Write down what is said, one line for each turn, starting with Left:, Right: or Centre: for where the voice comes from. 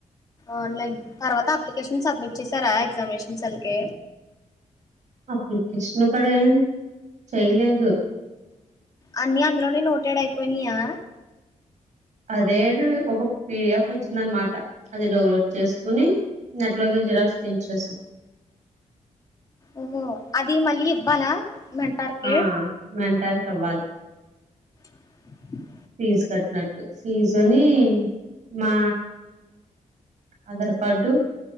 Left: ఆన్లైన్ తర్వాత అప్లికేషన్స్ సబ్మిట్ చేశారా ఎగ్జామినేషన్ సెల్ కి
Right: అప్లికేషన్ ఏ కదే చేయలేదు
Left: అన్ని అందులోనే నోటెడ్ అయిపోయినాయా
Right: అదే ఇన్ ఒక పిడిఎఫ్ వచ్చిందన్నమాట అది డౌన్లోడ్ చేసుకుని నెట్లో గిన్ జిరాక్స్ తీయించేసు
Left: ఓహో అది మళ్ళీ ఇవ్వాలా మెంటార్ కి
Right: ఆ మెంటార్ కివ్వాలి.
Left: <inaudible>
Right: ఫీజు కట్టినట్టు ఫీజు అని మా ఆధర్ కార్డు